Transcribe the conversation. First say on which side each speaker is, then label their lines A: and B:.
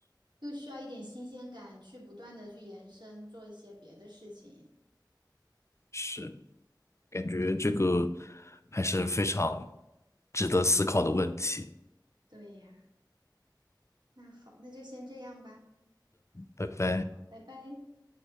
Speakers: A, on the right; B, on the left.
A: 又需要一点新鲜感，去不断的去延伸，做一些别的事情。
B: 是，感觉这个还是非常值得思考的问题。
A: 对呀，那好，那就先这样吧，
B: 拜拜。
A: 好拜拜。